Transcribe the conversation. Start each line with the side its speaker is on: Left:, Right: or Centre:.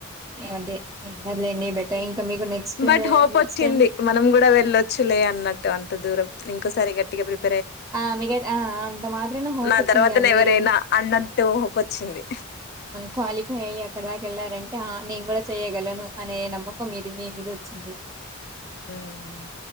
Right: అదే ఏం కాదులేండి బెటర్ ఇంకా మీకు next
Left: but hope
Right: next
Left: వచ్చింది
Right: time
Left: మనం కూడా వెళ్ళొచ్చులే అన్నట్టు అంత దూరం ఇంకోసారి గట్టిగా ప్రిపేర్
Right: ఆ మీగ ఆ అంత మాత్రన హోప్
Left: నా
Right: వచ్చింది
Left: తర్వాతనెవరైనా
Right: మీరు
Left: అన్నంత హోపొచ్చింది.
Right: క్వాలిఫై అయి అక్కడ దాకా వెళ్ళారంటే నేను కూడా చెయ్యగలను అనే నమ్మకం మీది మీ మీద వచ్చింది
Left: హ్మ్.